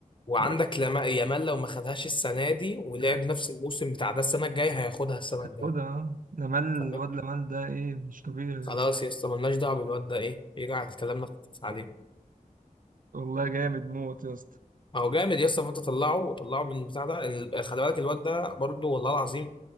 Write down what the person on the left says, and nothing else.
وعندك
لما يامال لو ما خدهاش السنه دي ولعب
نفس الموسم بتاع ده السنه الجايه هياخدها السنه الجايه
تمام
خلاص
يا اسطى مالناش دعوه بالواد ده ايه يرجع الكلام ده عليه
ما هو جامد يا اسطى فانت طلعه طلعه من بتاع ده ال- خلي بالك الواد ده برضه والله العظيم